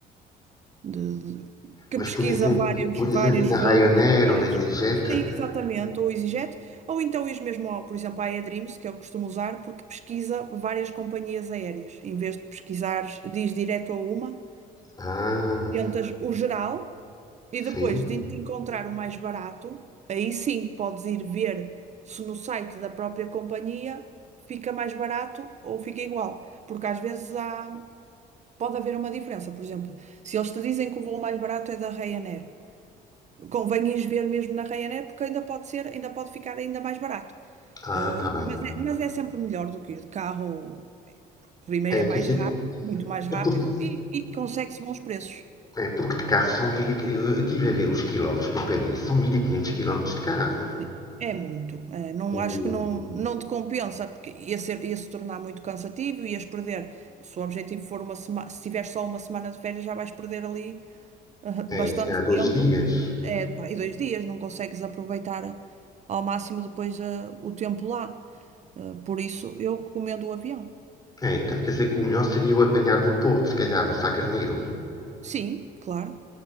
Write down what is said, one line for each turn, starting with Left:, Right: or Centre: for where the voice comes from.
Right: de- de- que
Left: Mas,
Right: pesquisa
Left: por exemplo,
Right: vários,
Left: por exemplo,
Right: vários
Left: na
Right: voos,
Left: Ryanair
Right: vários...
Left: ou na EasyJet?
Right: Sim, exatamente, ou EasyJet, ou então ir mesmo, ao, por exemplo, à AirDreams, que eu costumo usar, porque pesquisa várias companhias aéreas. Em vez de pesquisar, diz direto a uma,
Left: Ah,
Right: tentas o geral e depois
Left: sim.
Right: de te encontrar o mais barato, aí sim podes ir ver se no site da própria companhia fica mais barato ou fica igual. Porque às vezes há, pode haver uma diferença. Por exemplo, se eles te dizem que o voo mais barato é da Ryanair. Convém ires ver mesmo na Ryanair, porque ainda pode ser, ainda pode ficar ainda mais barato.
Left: Ah,
Right: Eh,
Left: tá bem.
Right: mas é, mas é sempre melhor do que ir de carro. Primeiro
Left: É,
Right: é
Left: quer
Right: mais
Left: dizer,
Right: rápido, muito mais rápido
Left: é porque,
Right: e, e consegue-se bons preços.
Left: é porque de carro são 1000. e- eu, eu tive a ver os quilómetros para Paris, são 1500 quilómetros de carro.
Right: Sim. É muito. eh, não
Left: O,
Right: acho que não, não te compensa, porque ia ser, ia se tornar muito cansativo, ias perder. Se o objetivo for uma semana, se tiveres só uma semana de férias, já vais perder ali ah, bastante
Left: é, se calhar dois
Right: tempo,
Left: dias.
Right: é, pá, e dois dias, não consegues aproveitar eh, ao máximo depois ah, o tempo lá. Ah, por isso, eu recomendo o avião.
Left: É, portanto, quer dizer, o melhor seria eu apanhar no Porto, se calhar no Sá Carneiro.
Right: Sim, claro.